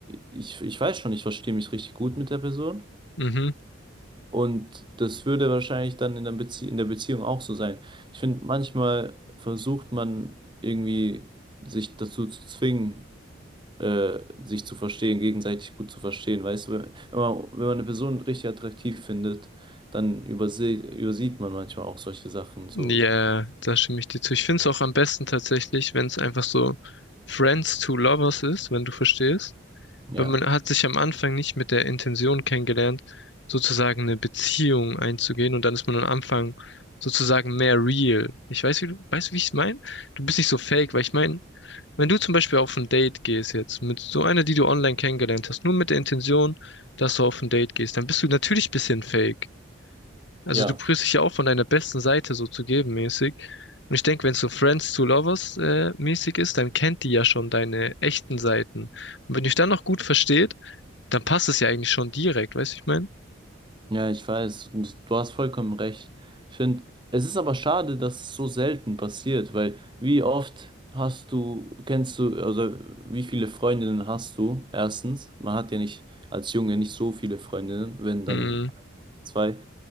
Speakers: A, on the right (about 25°); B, on the left (about 60°).
A: ich, ich weiß schon, ich verstehe mich richtig gut mit der Person.
B: Mhm.
A: Und das würde wahrscheinlich dann in der Bezie in der Beziehung auch so sein. Ich finde, manchmal versucht man irgendwie sich dazu zu zwingen, äh, sich zu verstehen, gegenseitig gut zu verstehen. Weißt du, wenn wenn man, wenn man eine Person richtig attraktiv findet, dann überse übersieht man manchmal auch solche Sachen. So,
B: Ja, da stimme ich dir zu. Ich finde es auch am besten tatsächlich, wenn es einfach so Friends to Lovers ist, wenn du verstehst.
A: ja.
B: Weil man hat sich am Anfang nicht mit der Intention kennengelernt, sozusagen eine Beziehung einzugehen. Und dann ist man am Anfang sozusagen mehr real. Ich weiß, wie du, weißt du, wie ich es meine? Du bist nicht so fake, weil ich meine, Wenn du zum Beispiel auf ein Date gehst jetzt mit so einer, die du online kennengelernt hast, nur mit der Intention, dass du auf ein Date gehst, dann bist du natürlich ein bisschen fake. Also
A: Ja.
B: du prüfst dich ja auch von deiner besten Seite so zu geben mäßig. Und ich denke, wenn es so Friends to Lovers äh, mäßig ist, dann kennt die ja schon deine echten Seiten. Und wenn dich dann noch gut versteht, dann passt es ja eigentlich schon direkt, weißt du, ich meine?
A: Ja, ich weiß. Und du hast vollkommen recht. Ich finde, es ist aber schade, dass es so selten passiert, weil wie oft hast du, kennst du, also wie viele Freundinnen hast du? Erstens, man hat ja nicht als Junge nicht so viele Freundinnen, wenn
B: Mm,
A: dann zwei.